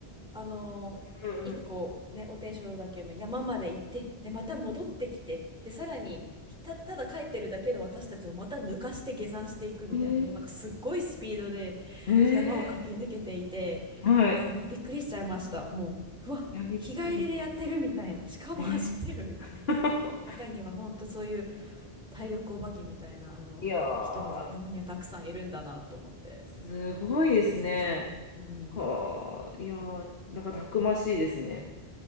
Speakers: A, in the centre; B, on the left (about 65°).
A: あのー一個ね、
B: うん、うん。
A: お天正だけの山まで行って、で、また戻ってきて、で、さらに、
B: え
A: ひた、ただ帰ってるだけの私たちをまた抜かして下山していくみたいな、
B: え
A: もうなんかすっごいスピードで
B: ー。え
A: 山を駆け抜けていて、
B: ー。はい。
A: あの、びっくりしちゃいました。もう、うわ、
B: いや、びっくりだ。
A: 日帰りでやってるみたいな、しかも走ってるみたいな。
B: えー <laughs>
A: 中にはほんとそういう体力お化けみたいな、あの、
B: いやー、
A: 人も山にはたくさんいるんだなと思って、
B: すごいですね。
A: びっくりしましたね。うん。
B: はあ、いやー、なんかたくましいですね。